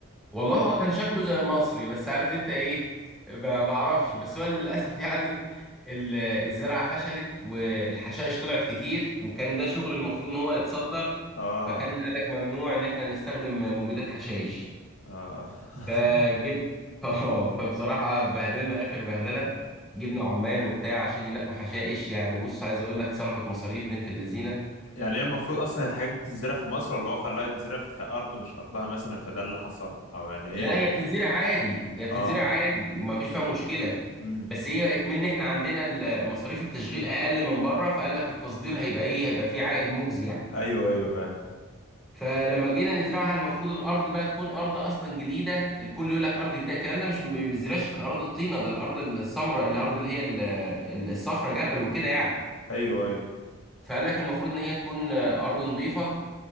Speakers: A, in the centre; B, on the left.
A: والله هو كان شكله زي المصري بس عارف انت ايه ما ما اعرفش بس هو للاسف يعني ال- الزرعه فشلت والحشائش طلعت كتير وكان ده شغل المفروض ان هو يتصدر
B: اه
A: فكان قالك ممنوع ان احنا نستخدم مبيدات حشائش
B: اه
A: فجبت
B: <laughs>
A: <laughs> اه فبصراحه اتبهدلنا اخر بهدله جبنا عمال وبتاع عشان ينقوا حشائش يعني بص عايز اقول لك صرفت مصاريف بنت اللذينه
B: يعني هي المفروض اصلا الحاجات دي بتتزرع في مصر ولا هو خلاها تتزرع في ارض مش ارضها مثلا فده اللي حصل او يعني ايه
A: لا هي بتتزرع عادي هي بتتزرع
B: اه
A: عادي ما فيش فيها مشكله
B: امم
A: بس هي اكمن احنا عندنا ال- مصاريف التشغيل اقل من بره فقال لك التصدير هيبقى ايه هيبقى فيه عائد مجزي يعني
B: ايوه ايوه فاهم
A: فلما جينا نزرعها المفروض الارض بقى تكون ارض اصلا جديده الكل يقول لك ارض جديده الكلام ده مش ما بينزرعش في الاراضي الطينه ده الارض السمراء الارض اللي هي الصفراء جبل وكده يعني
B: ايوه ايوه
A: فقال لك المفروض ان هي تكون ارض نظيفه